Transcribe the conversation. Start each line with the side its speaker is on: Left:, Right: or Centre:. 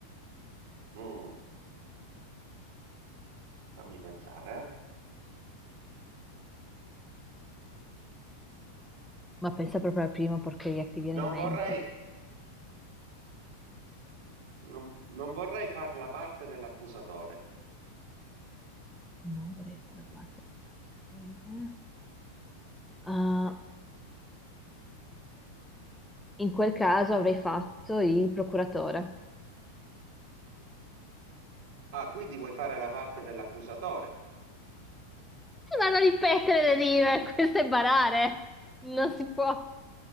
Right: mm, fammi pensare. eh.
Centre: Ma pensa proprio alla prima porcheria che ti viene
Right: Non
Centre: in mente.
Right: vorrei, non, non vorrei far la parte dell'accusatore.
Centre: Non vorrei far parte della cultura. Ah, In quel caso avrei fatto il procuratore.
Right: Ah, quindi vuoi fare la parte dell'accusatore?
Centre: Si vanno a ripetere le rime, <laughs> questo è barare. Non si può.